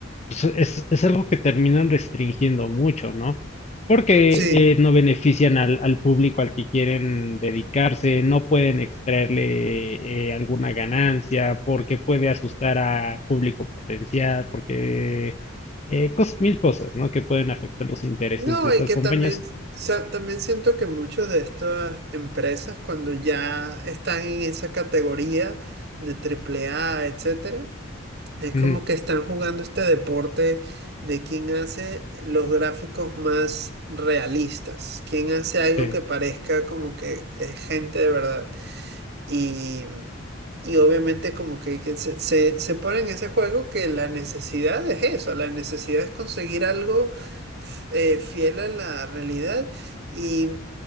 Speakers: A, on the left; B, on the right.
A: pues es, es algo que terminan restringiendo mucho, ¿no? Porque
B: Sí,
A: eh, no benefician al, al público al que quieren dedicarse, no pueden extraerle eh, alguna ganancia, porque puede asustar a público potencial, porque eh, cos- mil cosas, ¿no? Que pueden afectar los intereses
B: no,
A: de esas
B: y que
A: compañías.
B: también, sa- también siento que muchas de estas empresas, cuando ya están en esa categoría de triple A etcétera Es
A: Ujú,
B: como que están jugando este deporte de quién hace los gráficos más realistas, quién hace
A: Sí,
B: algo que parezca como que es gente de verdad. Y, y obviamente como que, que se, se, se pone en ese juego que la necesidad es eso, la necesidad es conseguir algo f- eh, fiel a la realidad y